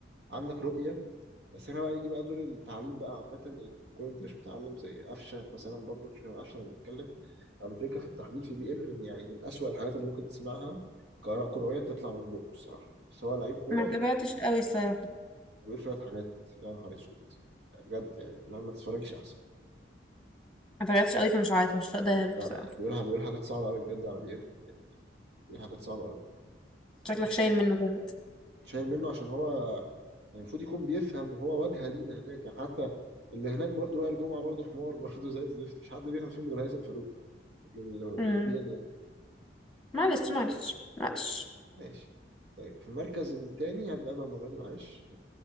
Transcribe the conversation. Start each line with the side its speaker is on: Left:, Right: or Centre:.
Right: عندك رؤية بس هنا بقى يجي بقى دور التعليم بقى عامة يعني لما تكون أنت مش متعلم زي قفشة مثلا برضو مش قفشة لما بيتكلم أبو تريكة في التحليل في بي إم من يعني من أسوأ الحاجات اللي ممكن تسمعها كآراء كروية بتطلع من بقه الصراحة بس هو لعيب كورة
Centre: ما
Right: خرافي.
Centre: تابعتش قوي الصراحه
Right: بيقول شوية حاجات يا نهار أسود بجد يعني ما, ما تتفرجيش أحسن
Centre: ما تابعتش قوي فمش عارفه مش هقدر اهبط
Right: لا
Centre: بصراحه
Right: لا بيقولها بيقول حاجات صعبة أوي بجد على بي إم بيقول حاجات صعبة أوي
Centre: شكلك
Right: ماشي
Centre: شايل منه جامد
Right: شايل منه عشان هو يعني المفروض يكون بيفهم وهو واجهة لينا هناك يعني حتى اللي هناك برضه وائل الجمعة برضه حمار <laughs> برضه زي الزفت مش حد بيفهم فيهم غير هيثم فاروق للبي
Centre: امم
Right: إن يعني
Centre: معلش معلش معلش
Right: ماشي طيب في المركز التاني هبدأ أنا المرة دي معلش